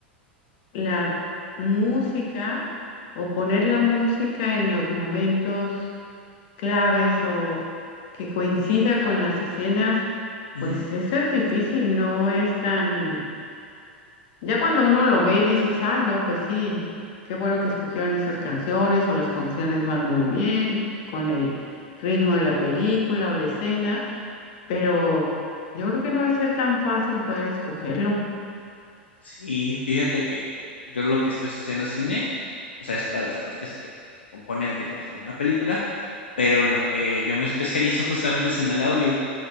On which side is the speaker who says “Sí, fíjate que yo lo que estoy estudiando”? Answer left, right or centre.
Left